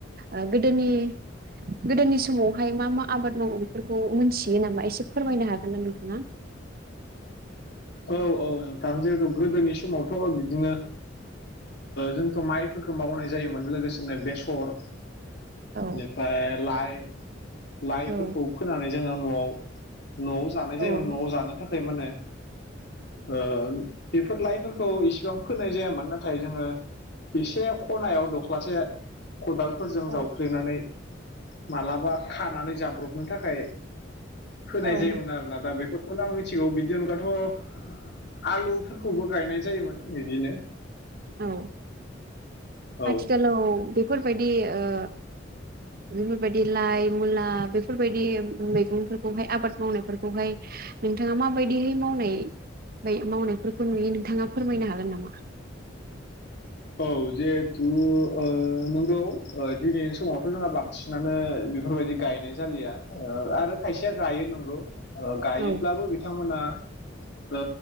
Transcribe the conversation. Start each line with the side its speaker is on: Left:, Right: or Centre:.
Right: ओ गोदोनि गोदोनि समावहाय मा मा आबाद मावो बेफोरखौ मोनथियो नामा एसे फोरमायनो हागोन ना नोंथाङा?
Left: औ औ औ थां जैहथु गोदोनि समावथ' बिदिनो जोंथ' माइफोरखौ मावनाय जायोमोन लोगोसेनो बेसर।
Right: औ
Left: बेनिफ्राय लाइ लाइफोरखौ
Right: औ
Left: फोनानै जोङो न'आव न'आव जानाय
Right: औ
Left: जायोमोन न'आव जानो थाखाय माने ओ बेफोर लाइफोरखौ इसेबां फोनाय जायामोन नाथाय जोङो एसे खनायाव दख्लासे खदालफोरजों
Right: औ
Left: जावफ्लेनानै मालाबा खानानै जाब्रबनो थाखाय होनाय
Right: औ
Left: जायोमोन आरो। दा बेफोरखौनो आं मिथिगौ बिदि अनगाथ' आलुफोरखौबो गायनाय जायोमोन बिदिनो
Right: औ
Left: औ
Right: आथिखालाव बेफोरबायदि ओ बेफोरबायदि लाइ मुला बेफोरबायदि मैगंफोरखौहाय आबाद मावनायफोरखौहाय नोंथाङा माबायदिहै मावनाय ब मावनायफोरखौ नुयो नोंथाङा फोरमायनो हागोन नामा?
Left: औ जिहेथु ओ नंगौ दिनै समावथ' जोंहा बांसिन बिसिनानो बेफोरबायदि गायनाय जालिया आरो खायसेया गायो नंगौ। गायोब्लाबो
Right: औ
Left: बिथांमोना ओ